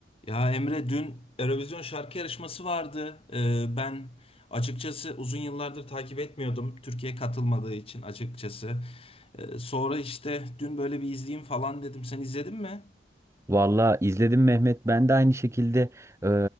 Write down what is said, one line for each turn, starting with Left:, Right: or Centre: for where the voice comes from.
Left: Ya Emre dün Eurovision şarkı yarışması vardı. Ee, ben açıkçası uzun yıllardır takip etmiyordum. Türkiye katılmadığı için açıkçası. Ee, sonra işte dün böyle bir izleyeyim falan dedim. Sen izledin mi?
Right: Valla izledim Mehmet. Ben de aynı şekilde e,